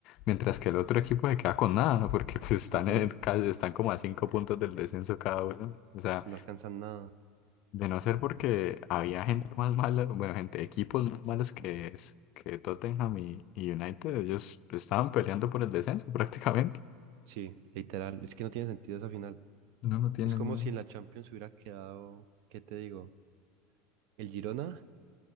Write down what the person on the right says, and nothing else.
Ujú,
No alcanzan nada.
Sí, literal. Es que no tiene sentido esa final.
Es como
si en la Champions hubiera quedado, ¿qué te digo? El Girona